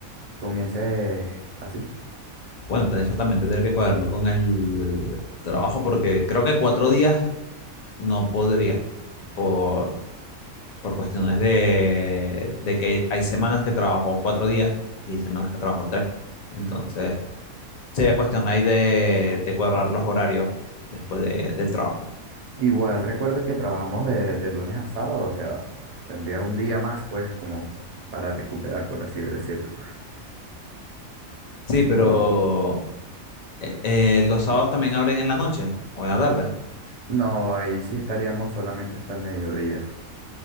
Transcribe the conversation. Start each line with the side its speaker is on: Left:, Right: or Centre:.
Right: comiences así.
Left: Bueno, entonces eso también tendré que cuadrarlo con el trabajo porque creo que cuatro días no podría por, por cuestiones de, de que hay semanas que trabajo cuatro días y semanas que trabajo tres. Entonces... Sería cuestión ahí de, de cuadrar los horarios después de- del trabajo.
Right: Igual recuerda que trabajamos de, de lunes a sábado, o sea, tendrías un día más, pues, como para recuperar, por así decirlo.
Left: Sí, pero
Right: Entonces,
Left: eh, eh, los sábados también abren en la noche o en la tarde.
Right: No, ahí sí estaríamos solamente hasta el mediodía.